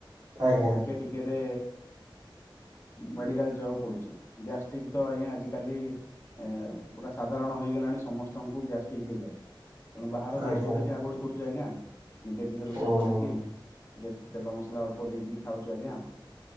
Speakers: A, on the right; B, on the left.
A: ଆଜ୍ଞା
B: ଟିକେ ଟିକେରେ। ମେଡିକାଲ ଯିବାକୁ ପଡୁଛି ଗ୍ୟାଷ୍ଟ୍ରିକ ତ ଆଜ୍ଞା ଆଜିକାଲି। ଏ ପୁରା ସାଧାରଣ ହେଇଗଲାଣି ସମସ୍ତଙ୍କୁ ଗ୍ୟାଷ୍ଟ୍ରିକ ହେଇଯାଉଛି। ତଣୁ ବାହାର
A: ଆଜ୍ଞା
B: ଜିନଷ କୁ ଟିକେ ଆଭୋଡ କରୁଛ ଆଜ୍ଞା। ନିଜେ ଟିକେ ରୋଷେଇ
A: ଓହୋ।
B: କରିକି ଟିକେ ତେଲ ମସଲା ଅଳ୍ପ ଦେଇକି ଖାଉଛୁ ଆଜ୍ଞା।